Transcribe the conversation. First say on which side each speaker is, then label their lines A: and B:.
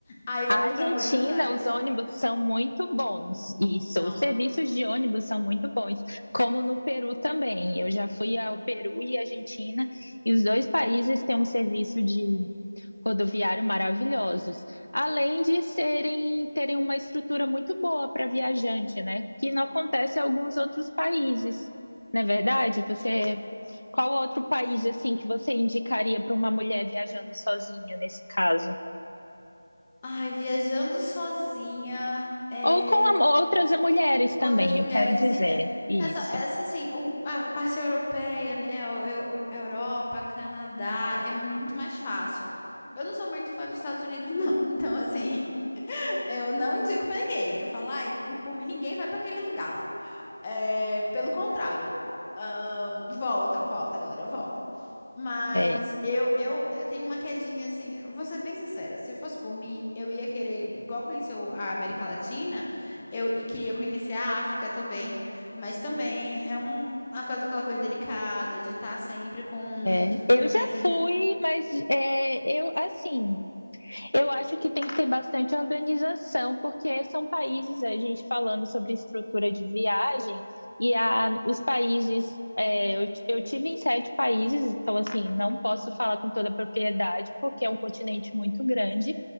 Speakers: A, on the left (about 15°); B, on the left (about 75°).
A: Aí fomos
B: A Argentina,
A: para Buenos Aires.
B: os ônibus são muito bons, isso.
A: São.
B: Os serviços de ônibus são muito bons, como no Peru também. Eu já fui ao Peru e Argentina, e os dois países têm um serviço de rodoviário maravilhosos, além de serem terem uma estrutura muito boa para viajante, né? Que não acontece em alguns outros países. Não é verdade? Você, qual outro país assim que você indicaria para uma mulher viajando sozinha nesse caso?
A: Ai, viajando sozinha, é,
B: Ou com a- outras mulheres também,
A: outras mulheres,
B: eu quero dizer
A: assim, é,
B: isso.
A: essa, essa, assim, o- a parte europeia, né, o- eu- Europa, Canadá, é muito mais fácil. Eu não sou muito fã dos Estados Unidos, não, <laughs> então, assim, Eu não indico pra ninguém. Eu não falo, ai, por por mim ninguém vai pra aquele lugar lá. É, pelo contrário. Ahn, volta, volta, galera, volta. Mas
B: É,
A: eu, eu, eu tenho uma quedinha assim, vou ser bem sincera, se fosse por mim, eu ia querer, igual conheceu a América Latina, eu e queria conhecer a África também. Mas também é um, uma coisa, aquela coisa delicada de estar sempre com,
B: é.
A: eh, de, de
B: Eu
A: preferência
B: já
A: com.
B: fui, mas é, eu assim, Eu acho que tem que ter bastante organização, porque são países, a gente falando sobre estrutura de viagem, e a, os países. é, eu, eu tive em sete países, então, assim, não posso falar com toda a propriedade, porque é um continente muito grande,